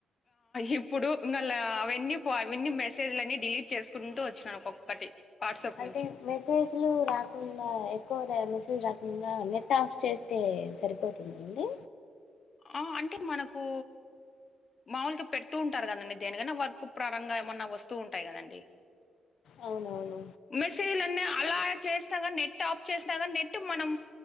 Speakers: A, on the left; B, on the left.
A: ఇప్పుడు ఇళ అవన్నీ అవన్నీ మెసేజ్లన్నీ డిలీట్ చేసుకుంటూ వచ్చినను ఒక్కొక్కటి. వాట్సాప్
B: అంటే
A: నుంచి
B: మీరు. ఫేజ్లు రాకుండా ఎక్కువ మెసేజ్ రాకుండా నెట్ ఆఫ్ చేస్తే సరిపోతుందండి.
A: ఆ అంటే మనకూ. మాముూలుగా పెడుతూ ఉంటారు కదండి దేనికనా వర్క్ ప్రారంగా ఏమన్నా వస్తూ ఉంటాయి కదండి.
B: అవునవును.
A: మెసేజ్లన్నీ అలా చేస్తా కాని నెట్ ఆఫ్ చేస్తా కానీ నెట్ మనం.